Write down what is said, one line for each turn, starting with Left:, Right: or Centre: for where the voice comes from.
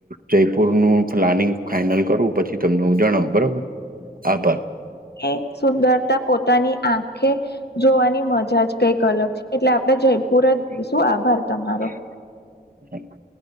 Right: જયપુરનું પ્લાનિંગ ફાઈનલ કરું. પછી તમને હું જણાવ બરોબર. આભાર.
Left: એ સુંદરતા પોતાની આંખે જોવાની મજા જ કઈક અલગ છે. એટલે આપણે જયપુર જ જઈશું, આભાર તમારો.
Right: હમ. <inaudible>